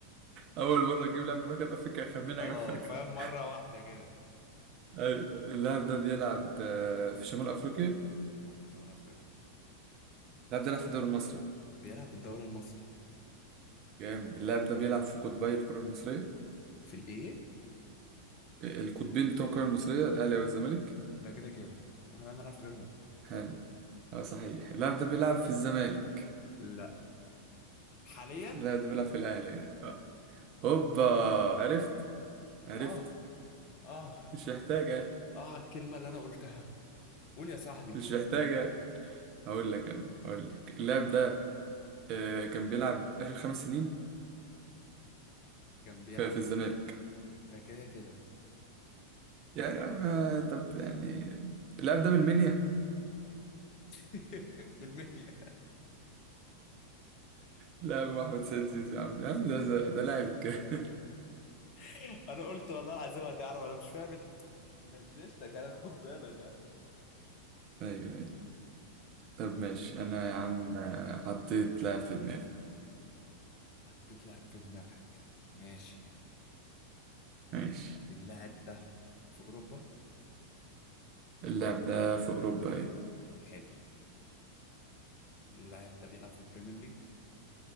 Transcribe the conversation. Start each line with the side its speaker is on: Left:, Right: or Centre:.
Right: أول مرة تجيب لاعب من مجنوب أفريقيا أخمنها
Left: اه
Right: جنب أفريقيا
Left: فاهم مره واحده كده
Right: أيوة اللاعب ده بيلعب آه، في شمال أفريقيا
Left: بيلعب في شمال افريقيا
Right: اللاعب ده بيلعب في الدوري المصري
Left: بيلعب في الدوري المصري
Right: جامد اللاعب ده بيلعب في قطبي الكرة المصرية
Left: في الايه
Right: آه، القطبين بتوع الكرة المصرية الأهلي والزمالك
Left: ده كده كده احنا نعرف غيرهم
Right: حلو أه صحيح اللاعب ده بيلعب في الزمالك
Left: لا حاليا
Right: اللاعب ده بيلعب في الأهلي يعني أه. هوبا عرفت عرفت
Left: اه اه
Right: مش محتاجة
Left: اه على الكلمة اللي انا قلتها قول يا صاحبي
Right: مش محتاجة هقول لك أنا هقول لك اللاعب ده آه، كان بيلعب آخر خمس سنين
Left: كان بيلعب
Right: في في الزمالك
Left: ده كده كده
Right: يعني ما طب يعني اللاعب ده من المنيا
Left: <laughs> من منيا
Right: لاعب هو احمد سيد زيزو يا عم يا عم ده ده, ده لاعب كده <laughs>
Left: <laughs> انا قلت والله العظيم هتعرف انا مش فاهم ال- غششتك انا خد بالك ها
Right: ايوه ايوه طب ماشي انا يا عم حطيت لاعب في دماغي
Left: هتتلعب في دماغك ماشي
Right: ماشي
Left: اللاعب ده في أوروبا
Right: اللاعب ده في اوروبا ايوه
Left: حلو اللاعب ده بيلعب في البريمير ليج